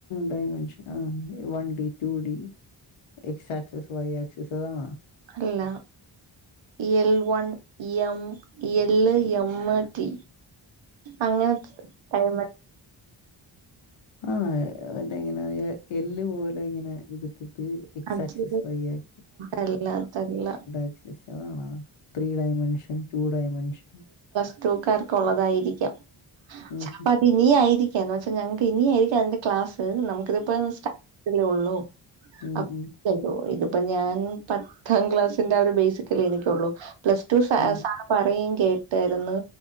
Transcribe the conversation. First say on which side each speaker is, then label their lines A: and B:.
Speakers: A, on the left; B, on the right.
A: ഡമെൻഷൻ ആ one D two D എക്സ axis Y axis സധണ
B: അല്ല L one M L M T അങ്ങനെ <inaudible>
A: ആഹ് അവറ്റ ഇങ്ങനെ എല്ല് പോലെ ഇങ്ങനെ ഇതിട്ട് എക്ക്സസ്
B: അത്
A: വസ്
B: അതല്ല അതല്ല
A: ഇക്സസ് അതണ ത്രീ ഡയമെൻഷൻ ടു ഡൈമെൻഷൻ
B: ത്തൂക്കാർക്കള്ളതായിരിക്കാംപ്പ
A: ഉം ഉം.
B: അത്ന ആയിരിക്കും ന്ന് വൊൽ ഞങ്ങക്ക് ഇനിയായിരിക്കും അന്റെ ക്ലസ് നമുക്ക് ഇപ്പോ സ്റ്റാേ ഉള്ളൂ
A: ഉം
B: അോ
A: ഉം
B: ഇതിപ്പോ ഞാൻ പത്താം ക്ലാസിന്റെ ഒരു ബേസിക്കല എനിക്കുള്ളു പ്ലസ് ടു സ
A: ഉം
B: സാ പറയുകയും കേട്ടായിരുന്നു